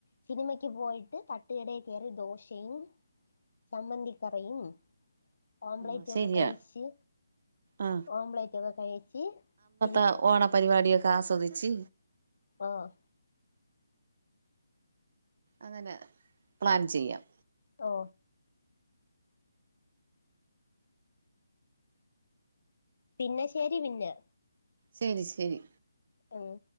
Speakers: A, on the left; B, on the right.
A: സിനിമക്ക് പോയിട്ട് തട്ടുകടേൽ കേറി ദോശയും ചമ്മന്തിക്കറിയും ഓംലറ്റും
B: ആ ശരിയാ
A: ഒക്കെ കഴിച്ച്
B: ആ
A: ഓംലറ്റ് ഒക്കെ കഴിച്ച് തിരി
B: അ ഓണപരിപാടിയൊക്കെ ആസ്വദിച്ച്
A: ആഹ്
B: അങ്ങനെ പ്ലാൻ ചെയ്യാം
A: ഓ പിന്നെ ശരി പിന്നെ
B: ശരി ശരി
A: ആഹ്